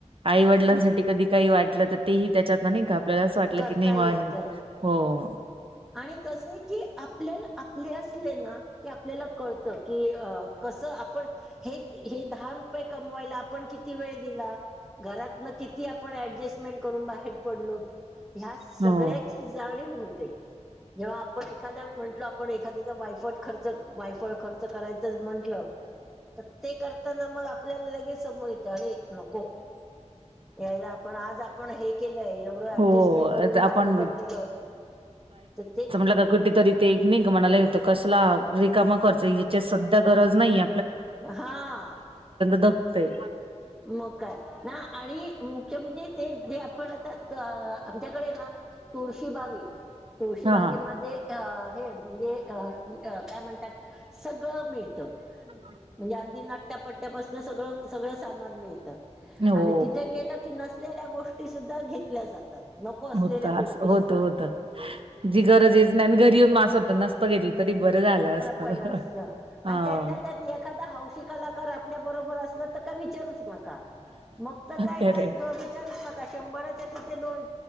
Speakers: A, on the right (about 50°); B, in the centre.
A: आईवडिलांसाठी
B: न-
A: कधी काही वाटलं तर तेही त्याच्यात ना नाही का. आपल्याला असं वाटलं
B: करता
A: की, नाहीे वा
B: येतं
A: हे. हो.
B: आणि कस आहे की, आपल्याला आपले असले ना की आपल्याला कळत की, कसं आपण हे हे दहा रु पय कमवायला आपण किती वेळ दिला. घरातन किती आपण डजस्टमेंट करून बाहेर पडलोत. ह्या सगळ्याची
A: हो
B: जाणीव होते. जेव्हा आपण एखादा म्हटल, आपण एखाद्याचा वायफट खर्च वायफळ खर्च करायचं म्हंटलं तर ते करताना मग आपल्याला लगेच समोर येतं अरे नको. यायला आपण आज आपण हे केलंय एवढं ऍडजस्मेंट
A: हो
B: करून बाहेर
A: आपण
B: पडलेलोय तर ते
A: जरा कुठे तरी ते एक नाईका मनाला हे होतं कसला रिकामा खर्च, याची सध्या गरज नाहीये
B: हा,
A: धकतय
B: मग काय ना आणि च म्हणजे ते जे आपण आता आमच्याकडे ना, तुळशीबाग आहे. तुळशीबागेमध्ये
A: हा हा
B: त्या अ हे म्हणजे काय म्हणतात सगळं मिळत.
A: <inaudible>
B: म्हणजे अगदी नट्यापट्ट्यापासन सगळं सगळं सामान मिळतं
A: हो
B: आणि तिथे गेलं की नस असलेल्या गोष्टी सुद्धा घेतल्या जातात. नको असलेल्या
A: होत असं
B: गोष्टी
A: होत
B: सुद्धा.
A: होत जी गरजेच
B: मग
A: नाही आणि घरी येऊन म असं वाटतं नसत तरी बरं झालं असत
B: पडलं असत
A: हाव
B: आणि त्यातल्या त्यात एखादा हौशी कलाकार आपल्या बरोबर असला तर काय विचारूच नका मग तर काय
A: खरे
B: काय ब विचारूच नका, शंभराच्या तिथे दोन